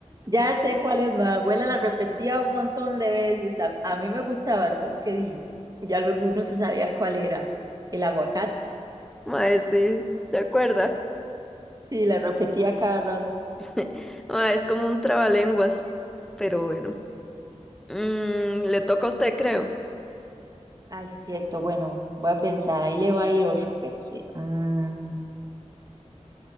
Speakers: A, on the right; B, in the centre.
A: ya sé cuál es, ma. Abuela la repetía un montón de veces. A, a mí me gustaba, solo que di, ya luego uno se sabía cuál era. El aguacate.
B: Mae, sí, ¿se acuerda?
A: Sí, la repetía cada rato.
B: <laughs> Mae, es como un trabalenguas, pero bueno. Mm, le toca a usted, creo.
A: Ay, sí, es cierto. Bueno, voy a pensar. Ahí le va a ir otro, pero sí. Mm.